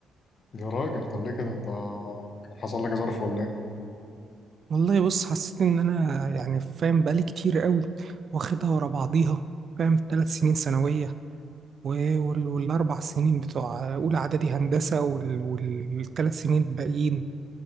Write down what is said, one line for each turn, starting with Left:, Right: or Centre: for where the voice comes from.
Left: يا راجل طب ليه كده انت كان حصل لك ظرف ولا ايه
Right: والله بص حسيت ان انا يعني فاهم بقالي كتير قوي واخدها ورا بعضيها فاهم ثلاث سنين ثانويه و- وال- والأربع سنين بتوع أولى إعدادي هندسة وال- والثلاث سنين الباقيين